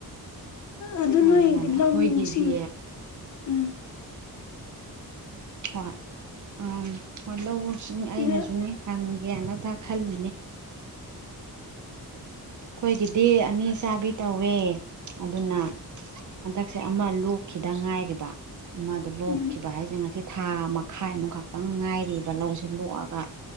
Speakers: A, on the left; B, on the right.
A: ꯑꯗꯨ
B: ꯃꯥꯅꯦ
A: ꯅꯣꯏ
B: ꯃꯥꯅꯦ ꯑꯩꯈꯣꯏꯒꯤꯗꯤ
A: ꯂꯧꯁꯤꯡ ꯎꯝ
B: ꯍꯣꯏ ꯑꯝ ꯍꯣꯢ ꯂꯧ ꯑꯩꯅꯁꯨꯅꯦ
A: ꯎꯝ
B: ꯍꯪꯒꯦꯅ ꯇ ꯈꯜꯂꯤꯅꯦ ꯑꯈꯣꯏꯒꯤꯗꯤ ꯑꯅꯤ ꯆꯥꯕꯤ ꯇꯧꯋꯦ ꯑꯗꯨꯅ ꯍꯟꯗꯛꯁꯦ ꯑꯃ ꯂꯣꯛꯈꯤꯗ ꯉꯥꯏꯔꯤꯕ ꯑꯃꯗꯨ ꯂꯣꯛꯈꯤꯕ
A: ꯎꯝ
B: ꯍꯥꯏꯁꯦ ꯉꯁꯤ ꯊꯥ ꯃꯈꯥꯏꯃꯨꯛ ꯈꯛꯇꯪ ꯉꯥꯏꯔꯤꯕ ꯂꯧꯁꯤ ꯂꯣꯛꯑꯒ